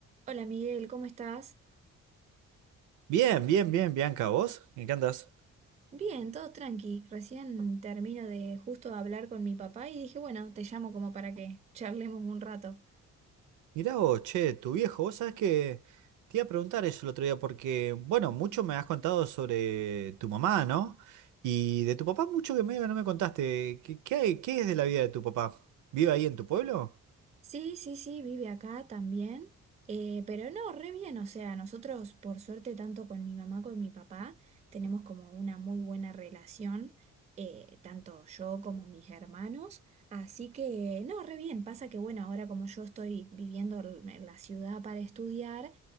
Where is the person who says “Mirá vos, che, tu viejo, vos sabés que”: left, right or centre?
Right